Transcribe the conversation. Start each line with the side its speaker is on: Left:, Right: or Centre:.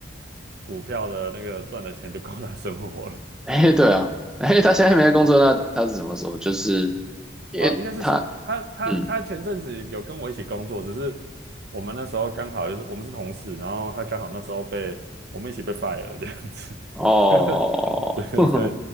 Right: 股票的那个赚的钱就够他生活了。
Centre: 诶，对啊，诶，他现在没在工作，那他是什么时候？就是因为他，
Right: 哦，应该是说他他他前阵子有跟我一起工作，
Centre: 嗯，
Right: 只是我们那时候刚好就是我们是同事，然后他刚好那时候被我们一起被 fire 了这样子。
Centre: 哦，
Right: <laughs> 对对对
Centre: <laughs>